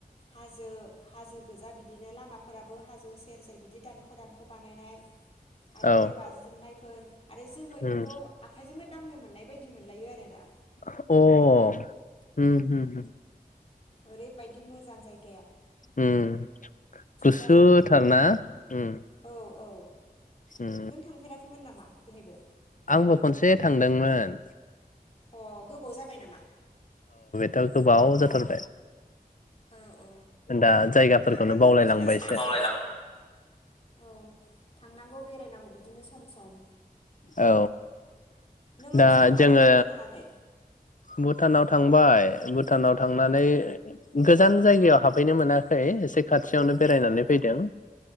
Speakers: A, on the left (about 40°); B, on the left (about 55°).
A: हाजो हाजो गोजा बिदिनो लामाफोराबो। हाजो सेर सेर बिदि दानख' दानख' बानायनाय आरो
B: औ
A: दै बाज्रुमनायफोर आरो जोमैफोरखौ
B: उम
A: आखाइजोंनो दांनो मोन मोनानाय बायदि मोनलायो आरो ना
B: अ उम हो हो
A: ओरैबायदि मोजां जायगा
B: उम गुसुथार
A: जायो बिदिनो
B: ना? उम
A: औ औ
B: उम
A: नों थांफेराखैमोन नामा बेहायबो?
B: आंबो खनसे थांदोंमोन
A: अ गोबाव जाबाय नामा?
B: दा गोबाव जाथारबाय
A: औ औ
B: दा जायगाफोरखौनो
A: थांनांगौ
B: बावलायलांबाय
A: बिदिनो सम
B: एसे
A: सम औ थांनांगौ बेरायनांगौ बिदिनो सम सम
B: औ
A: नोङो
B: दा
A: भुटानावलाय
B: जोंङो
A: थांगोना थाङाखै
B: भुटानाव थां बाय भुटानाव थांनानै गोजान
A: औ
B: जायगायाव हाबफैनो मोना बै इसे खाथियावनो बेरायनानै
A: औ
B: फैदों